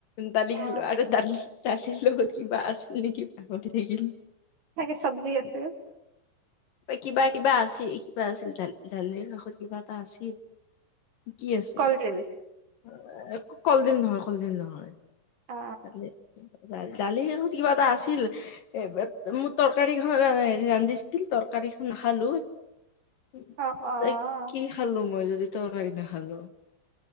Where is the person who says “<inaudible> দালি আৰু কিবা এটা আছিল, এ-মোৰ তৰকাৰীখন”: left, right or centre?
Left